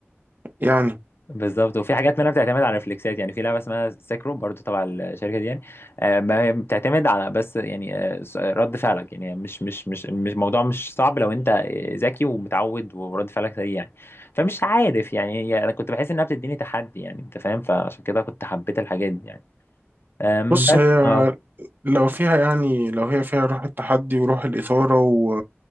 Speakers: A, on the right; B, on the left.
A: يعني
B: بالظبط وفي حاجات منها بتعتمد على ريفلكسات يعني في لعبه اسمها سيكرو برضو تبع الشركه دي يعني آه، ما هي بتعتمد على بس يعني آه، س- رد فعلك يعني مش مش مش مش الموضوع مش صعب لو انت آه، ذكي ومتعود ورد فعلك سريع يعني فمش عارف يعني هي- انا كنت بحس انها بتديني تحدي يعني انت فاهم فعشان كده كنت حبيت الحاجات دي يعني أم،
A: بص
B: بس
A: هي
B: اه
A: لو فيها يعني لو هي فيها روح التحدي وروح الإثارة و...